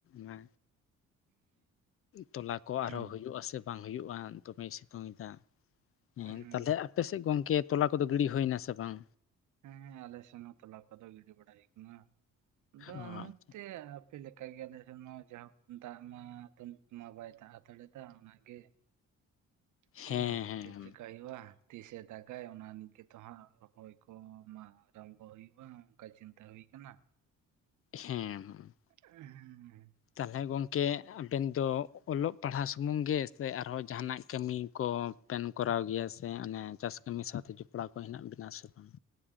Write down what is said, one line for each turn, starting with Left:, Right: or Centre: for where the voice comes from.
Left: ᱢᱟ ᱛᱚᱞᱟ ᱠᱚ
Right: ᱦᱩᱸ
Left: ᱟᱨᱦᱚᱸ ᱦᱩᱭᱩᱜ ᱟᱥᱮ ᱵᱟᱝ ᱦᱩᱭᱩᱜᱼᱟ᱾ ᱫᱚᱢᱮ ᱥᱤᱛᱩᱝ ᱮᱫᱟ᱾ ᱦᱮᱸ
Right: ᱦᱩᱸ
Left: ᱛᱟᱦᱞᱮ ᱟᱯᱮ ᱥᱮᱫ ᱜᱚᱝᱠᱮ ᱛᱚᱞᱟ ᱠᱚᱫᱚ ᱜᱤᱰᱤ ᱦᱩᱭᱮᱱᱟ ᱥᱮ ᱵᱟᱝ?
Right: ᱦᱮᱸ ᱟᱞᱮ ᱥᱮᱱ ᱦᱚᱸ ᱛᱚᱞᱟ ᱠᱚᱫᱚ ᱜᱤᱰᱤ ᱵᱟᱲᱟ ᱦᱩᱭ ᱠᱟᱱᱟ ᱾ ᱟᱫᱚ
Left: ᱚ
Right: ᱱᱚᱛᱮ
Left: ᱟᱪᱪᱷᱟ
Right: ᱟᱯᱮᱞᱮᱠᱟ ᱜᱮ ᱟᱞᱮ ᱥᱮ ᱢᱟ ᱡᱟᱦᱳᱠ ᱫᱟᱜ ᱢᱟ ᱛᱩᱫ ᱢᱟ ᱵᱟᱭ ᱫᱟᱜ ᱦᱟᱛᱟᱲᱟ ᱚᱱᱟᱜᱮ ᱦᱮ
Left: ᱦᱮᱸ
Right: ᱸ <unintelligible>
Left: ᱦᱮᱸ
Right: ᱪᱤᱠᱟᱹᱭ ᱦᱩᱭᱩᱜᱼᱟ ᱛᱤᱥᱮ ᱫᱟᱜᱟᱭ ᱚᱱᱟ ᱱᱤᱡ ᱜᱮᱛᱚ ᱦᱟᱸᱜ ᱨᱚᱦᱚᱭ ᱠᱚ ᱟᱨᱟᱢᱵᱚ ᱦᱩᱭᱩᱜᱼᱟ᱾ ᱚᱱᱠᱟ ᱪᱤᱱᱛᱟᱹ ᱦᱩᱭ ᱟᱠᱟᱱᱟ᱾
Left: ᱦᱮᱸ
Right: <unintelligible>
Left: ᱛᱟᱦᱚᱞᱮ ᱜᱚᱢᱠᱮ ᱟᱵᱮᱱ ᱫᱚ ᱚᱞᱚᱜ ᱯᱟᱲᱦᱟᱣ ᱥᱩᱢᱩᱝ ᱜᱮ ᱥᱮ ᱟᱨᱦᱚᱸ ᱡᱟᱦᱟᱱᱟᱜ ᱠᱟᱹᱢᱤ ᱠᱚᱵᱮᱱ ᱠᱚᱨᱟᱣ ᱜᱮᱭᱟ ᱥᱮ ᱥᱮ ᱚᱱᱮ ᱪᱟᱥ ᱠᱟᱹᱢᱤ ᱥᱟᱶᱛᱮ ᱡᱚᱯᱲᱟᱣ ᱠᱚ ᱦᱮᱱᱟᱜ ᱵᱮᱤᱱᱟ ᱥᱮ ᱵᱟᱝ?